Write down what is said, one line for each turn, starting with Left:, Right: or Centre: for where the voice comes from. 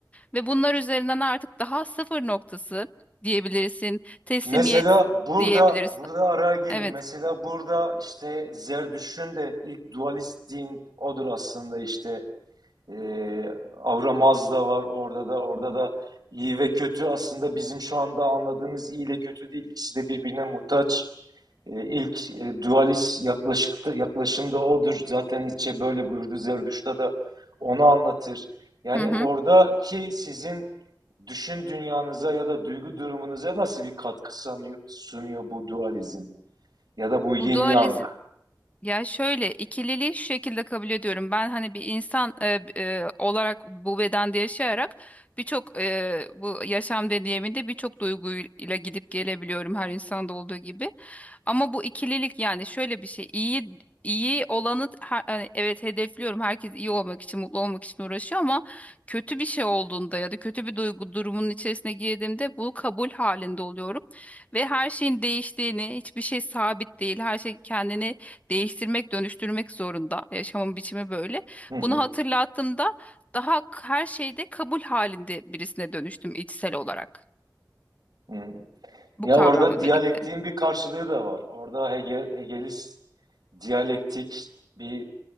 Left: Ve bunlar üzerinden artık daha sıfır noktası diyebilirsin teslimiyet
Right: Mesela burada
Left: diyebiliriz.
Right: burada araya gireyim.
Left: Evet.
Right: Mesela burada işte Zerdüşt'ün de ilk dualist din odur aslında işte Ee, Avramaz da var orada da orada da iyi ve kötü aslında bizim şu anda anladığımız iyi ile kötü değil. İkisi de birbirine muhtaç. Ee, ilk e, dualist yaklaşıkta, yaklaşım da odur. Zaten Nietzsche böyle buyurdu. Zerdüşt'te de onu anlatır. Yani
Left: Hı hı.
Right: oradaki sizin düşün dünyanıza ya da duygu durumunuza nasıl bir katkı sanıyor- sunuyor bu dualizm? Ya da bu yin
Left: Bu dualizm
Right: yang?
Left: Ya şöyle ikililiği şu şekilde kabul ediyorum. Ben hani bir insan e, e, olarak bu bedende yaşayarak birçok e, bu yaşam deneyiminde birçok duyguyla gidip gelebiliyorum her insanda olduğu gibi. Ama bu ikililik yani şöyle bir şey iyi iyi olanı her- hani evet hedefliyorum. Herkes iyi olmak için mutlu olmak için uğraşıyor ama kötü bir şey olduğunda ya da kötü bir duygu durumunun içerisine girdiğimde bu kabul halinde oluyorum ve her şeyin değiştiğini, hiçbir şey sabit değil. Her şey kendini değiştirmek, dönüştürmek zorunda. Yaşamın biçimi böyle.
Right: Hı hı,
Left: Bunu hatırlattığımda daha k- her şeyde kabul halinde birisine dönüştüm içsel olarak.
Right: hı.
Left: Bu
Right: Ya
Left: kavramla
Right: orada diyalektiğin
Left: birlikte.
Right: bir karşılığı da var. Orada Hege, Hegelist diyalektik bir